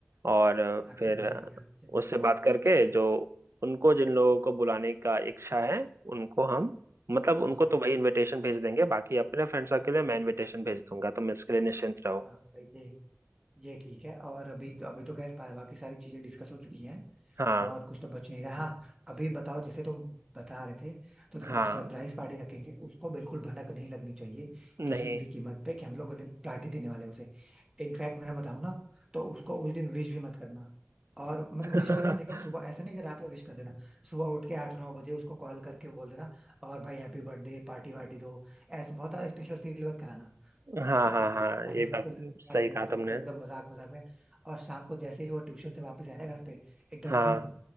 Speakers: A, on the right (about 75°); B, on the right (about 15°).
A: और अ,
B: हाँ
A: फिर
B: कर लेना
A: अ,
B: भैया अच्छे कर
A: उससे
B: लेना
A: बात करके जो उनको जिन लोगों को बुलाने का इच्छा है उनको हम मतलब
B: हाँ
A: उनको
B: हाँ
A: तो वही इनविटेशन भेज देंगे बाकी अपने फ्रेंड्स के लिए मैं इनविटेशन भेज दूंगा तुम इसके लिए निश्चिंत रहो
B: हाँ भाई ये ये ठीक है और अभी तो अभी तो खैर पा- बाकी सारी चीजें डिस्कस हो चुकी हैं
A: हाँ
B: और कुछ तो बच नहीं रहा हाँ अभी बताओ जैसे तुम बता रहे थे तो देखो
A: हाँ
B: सरप्राइज पार्टी रखेंगे उसको बिल्कुल भनक नहीं लगनी चाहिए
A: नहीं
B: किसी भी कीमत पे कि हम लोग उन्हें पार्टी देने वाले हैं उसे इनफैक्ट मैं बताऊं ना तो उसको उस दिन विश भी मत करना और मतलब
A: <laughs>
B: विश करना लेकिन सुबह ऐसा नहीं कि रात में विश कर देना सुबह उठ के आठ नौ बजे उसको कॉल करके बोल देना और भाई हैप्पी बर्थडे पार्टी वार्टी दो ऐसा बहुत ज्यादा स्पेशल फील मत कराना
A: हाँ
B: ठीक
A: हाँ
B: है
A: हाँ
B: ताकि
A: ये
B: उसको
A: बात
B: लगे कि यार
A: सही
B: ये लोग
A: कहा
B: तो
A: तुमने
B: मतलब एकदम मजाक मजाक में और शाम को जैसे ही वो ट्यूशन से वापस आए ना घर पे एकदम
A: हाँ
B: बूम